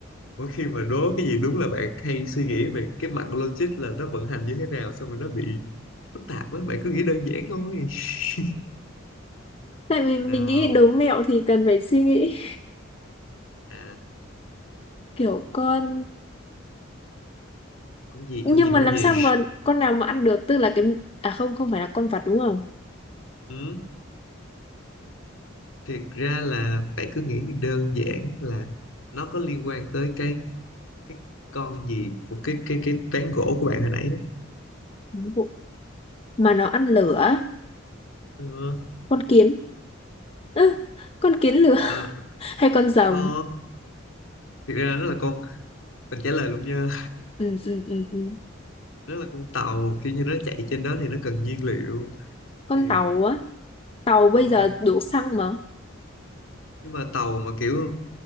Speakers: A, on the left; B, on the left.
A: mỗi khi mà đố cái gì đúng là bạn hay suy nghĩ về cái mặt logic là nó vận hành như thế nào xong rồi nó bị phức tạp á bạn cứ nghĩ đơn giản thôi <laughs>
B: tại vì mình
A: nào
B: nghĩ đố mẹo thì cần phải suy nghĩ
A: À,
B: <laughs> kiểu con
A: con gì
B: nhưng
A: con gì
B: mà
A: con
B: làm
A: gì
B: sao mà con nào mà ăn được tức là cái à không không phải là con vật đúng không
A: ừ. Thiệt ra là bạn cứ nghĩ đơn giản là nó có liên quan tới cái cái con gì của cái cái cái ván gỗ của bạn hồi nãy á.
B: Đúng rồi. mà nó ăn lửa
A: ừ.
B: con kiến Ư, con kiến lửa <laughs>
A: à,
B: hay con rồng
A: kho thiệt ra nó là con mình trả lời luôn nha
B: ừ, ừ, ừ, ừ.
A: nó là con tàu kiểu như nó chạy trên đó thì nó cần nhiên liệu
B: con
A: thì
B: tàu á tàu bây
A: ờ,
B: giờ đổ xăng mà
A: nhưng mà tàu mà kiểu